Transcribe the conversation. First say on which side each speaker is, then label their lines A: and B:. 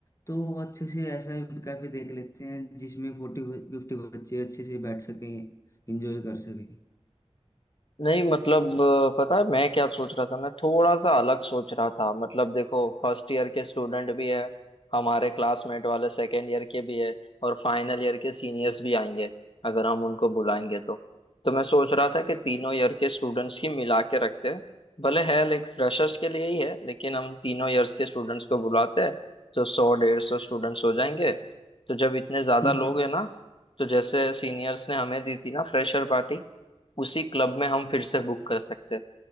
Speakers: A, on the left; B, on the left.
A: तो अच्छे से ऐसा कैफे देख लेते हैं जिसमें फोर्टी फिफ्टी बच्चे अच्छे से बैठ सकें एंजॉय कर सकें
B: नहीं मतलब अ, पता है मैं क्या सोच रहा था मैं थोड़ा सा अलग सोच रहा था मतलब देखो फर्स्ट ईयर के स्टूडेंट भी है हमारे क्लासमेट वाले सेकेंड ईयर के भी है और फाइनल ईयर के सीनियर्स भी आएंगे अगर हम उनको बुलाएंगे तो तो मैं सोच रहा था कि तीनों ईयर के स्टूडेंट्स की मिला के रखते हैं भले है लाइक फ्रेशर्स के लिए ही है लेकिन हम तीनों ईयर्स के स्टूडेंट्स को बुलाते हैं तो सौ डेढ़ सौ स्टूडेंट्स हो जाएंगे तो जब इतने ज्यादा
A: हम्म।
B: लोग हैं ना तो जैसे सीनियर्स ने हमें दी थी ना फ्रेशर पार्टी उसी क्लब में हम फिर से बुक कर सकते हैं